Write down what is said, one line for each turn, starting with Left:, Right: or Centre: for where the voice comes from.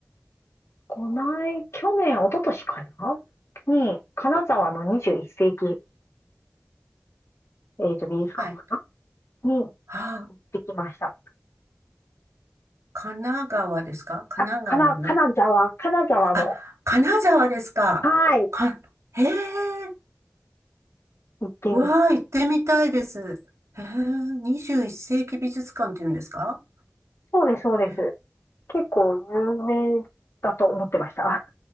Left: こない、去年、一昨年かなに、金沢の21世紀、えっと、美術館かな
Right: はい。
Left: に
Right: あ、
Left: 行ってきました。
Right: 神奈川ですか神奈川の。
Left: あ、かな、金沢、金沢の、
Right: あ、金沢ですか。
Left: はい、
Right: か、へえ。
Left: 行ってみ、
Right: うわあ、行ってみたいです。へえ、21世紀美術館って言うんですか
Left: そうです、そうです。
Right: へえ。
Left: 結構有名だと思ってました。